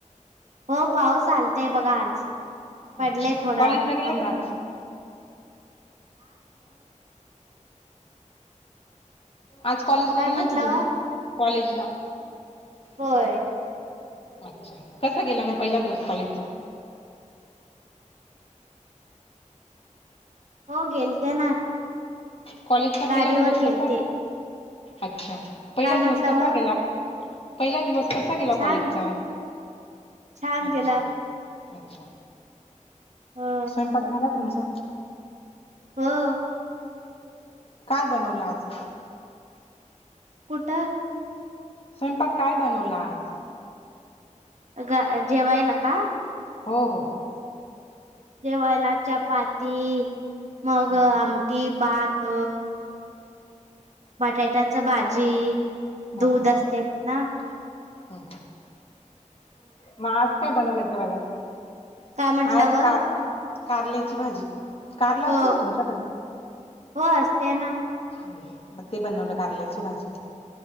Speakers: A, on the right; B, on the left.
A: हो पाऊस आलतय बघा आज. पडलय
B: अच्छा
A: थोडा
B: कॉलेजला गेला
A: आमच्याकड.
B: का आज आज कॉलेजला
A: काय
B: गेलात
A: म्हंटलं
B: तुम्ही?
A: व
B: कॉलेजला.
A: होय.
B: अच्छा! कसा गेला मग पहिला दिवस कॉलेजचा.
A: हो गेलते ना.
B: कॉलेजचा
A: गाडीवर
B: पहिला दिवस
A: गेलते
B: कसा अच्छा! पहिला
A: काय
B: दिवस
A: म्हंटलं
B: कसा
A: व
B: गेला. पहिला दिवस कसा गेला
A: छान
B: कॉलेजचा
A: छान
B: अच्छा!
A: गेला
B: अच्छा!
A: हो
B: स्वयंपाक झाला तुमचा?
A: हो.
B: काय बनवलं आज.
A: कुठ
B: स्वयंपाक काय बनवला आज?
A: ग जेवायला का
B: हो हो.
A: जेवायला चपाती मग
B: हां
A: आमटी भात बटाट्याच भाजी.
B: हा
A: दूध
B: हा
A: असते ना
B: हा. हो. मग आज काय बनवलं जेवायला?
A: काय म्हंटलं
B: आज
A: व
B: का कारल्याची भाजी. कारल
A: हो
B: असतं का तुमच्याकडे?
A: हो असते ना
B: हो. मग ते बनवलं कारल्याची भाजी.